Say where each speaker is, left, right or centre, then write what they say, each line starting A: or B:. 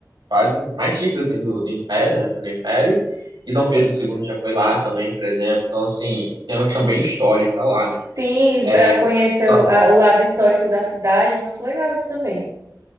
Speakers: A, on the right; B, on the right.
A: quase mais chiques, assim, do, do Império, né, do Império. E Dom Pedro II já foi lá também, por exemplo. Então, assim, tem uma questão bem histórica lá, né?
B: Sim,
A: É,
B: para conhecer
A: só
B: o, a- o lado histórico da cidade, muito legal isso também.